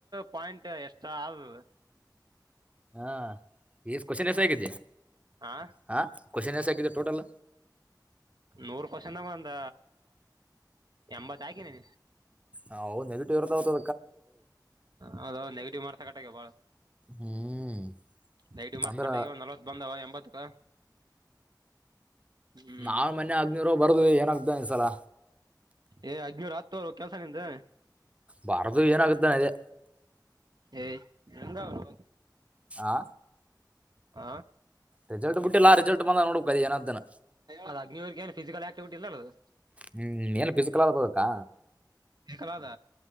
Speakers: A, on the right; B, on the right.
A: ಪಾಯಿಂಟ್ ಎಷ್ಟ ಅ ಹ್ಮ
B: ಹಾ ಈ ಕವಷನ್ ಎಸ ಆಗಿದ್ದೆ
A: ಹ
B: ಹಾಂ ಕ್ವಶನ್ಸ್ ಆಗಿದೆ ಟೋಟಲ್
A: ನೂರ್ ಕವಷನ್ಾಗ ಒಂದ ಎಂಬತ್ ಹಾಕಿದೀನಿ
B: ಹವು ನೆಗೆಟಿವ್ ಇರ್ತತದ
A: ಹೌದೌ ನೆೆಗೆಟಿವ್ ಮಾಡ್ತ ಕಟ್ಟಕ್ಕೆ ಬಾಳ
B: ಹ್ಮ್
A: ನೈಡು ಮಾರ್ಚ್
B: ಅಂದ್ರ
A: ಕಟ್ಟಾಗಿವ ನಲ್ವತ್ ಬಂದವ ಎಂಬತ್ತಕ ಹ್ಮ್
B: ನಾವನ್ ಮನ್ ಆಗ್ನೂರ್ ಬರ್ದ ಏನಾಗಗ್್ದ ಈ್ಸಲ
A: ಏ ಅಜನ ಆತ್ೋರು ಕೆಲ್ಸ ನಿಿಂದ
B: ಭಾರತ ವಿಜನ ಆಗಿದ್ದನೆ ಅದೇ
A: ಎಂದ ಅವ
B: ಆಾ
A: ಹಾ
B: ರೆಿಸಲ್ಟ್ ಬಿಟ್ಟಿಲ್ಲ ರೆಿಸಲ್ಟ್ ಬಂದ ನೋಡ್ಬೇಕದ ಏನ್ದನ
A: ಅದ್ ಅಗ್ನಿವರ್ಗ ಏನ್ ಫಿಸಿಕಲ್ ಆಕ್ಟಿವಿಟಿ ಇಲ್ಲ ಅದು
B: ಹ್ಮ್ ಏನು ಫಿಸಿಕಲ್ ಆಗ್ಬೋದಕ್ಕಾ
A: ಹ ಕಲದ